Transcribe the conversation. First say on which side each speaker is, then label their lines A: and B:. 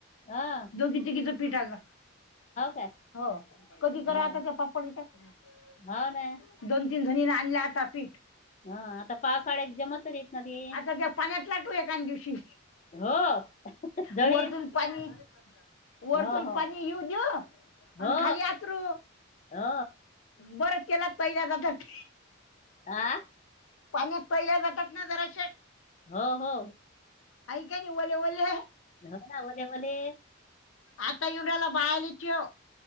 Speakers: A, on the left; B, on the left.
A: हं
B: दोघी तिघीच पीठ आलं
A: काय
B: हो कधी करा
A: हो
B: आता ते पाप्पड हित
A: हो ना
B: दोनतीन जणीन आणल्या आता पीठ
A: हा आता पावसाळ्यात जमत नाहीत ना ते.
B: आता त्या पाण्यात लाटू एकान दिवशी.
A: हो जळीत
B: वरतून पाणी वरतून
A: हो हो
B: पाणी येऊ द्यु
A: हो
B: आण खाली आतरू
A: हो
B: बरच केलात पहिल्यादा कट.
A: आ!
B: पाण्यात पहिल्या जातात ना जराशे
A: हो हो!
B: ऐकी नी ओले ओले.
A: घव ना वले वले.
B: आता येऊन राहिला बाया लेकीयो.